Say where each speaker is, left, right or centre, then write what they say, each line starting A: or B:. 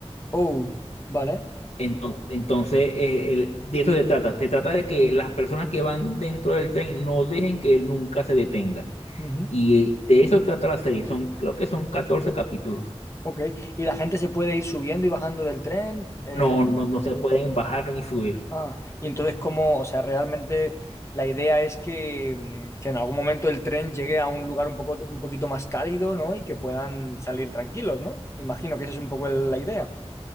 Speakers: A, on the left (about 25°); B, on the left (about 75°).
A: Oh, vale.
B: Entonces, entonces eh, el- de eso se trata. Se trata de que las personas que van dentro del tren no dejen que él nunca se detenga.
A: Ujú.
B: Y eh, de eso trata la serie. Son, creo que son 14 capítulos.
A: Ok. ¿Y la gente se puede ir subiendo y bajando del tren? Eh,
B: No, no, no se pueden bajar ni subir.
A: Ah, y entonces, ¿cómo? O sea, realmente la idea es que, mm, que en algún momento el tren llegue a un lugar un poco, un poquito más cálido, ¿no? Y que puedan salir tranquilos, ¿no? Imagino que esa es un poco el- la idea.